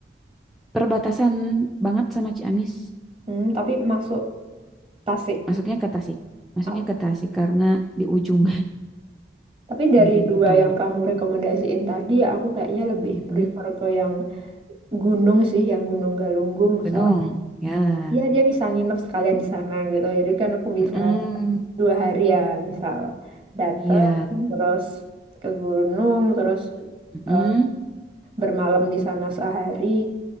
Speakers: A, in the centre; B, on the right.
A: Perbatasan banget sama Ciamis.
B: Hmm, tapi masuk Tasik.
A: Masuknya ke Tasik. Masuknya
B: Oh,
A: ke Tasik karena di ujung
B: tapi dari
A: <laughs> gitu.
B: dua yang kamu rekomendasiin tadi, aku kayaknya lebih
A: Mm-mm.
B: prefer ke yang gunung sih, yang Gunung Galunggung.
A: Gunung.
B: Soalnya
A: Ya.
B: ya dia bisa nginep sekalian di sana gitu. Jadi kan aku bisa
A: Mm-mm.
B: dua hari ya, misal datang
A: Iya.
B: terus ke gunung terus
A: Mm-mm.
B: eh, bermalam di sana sehari,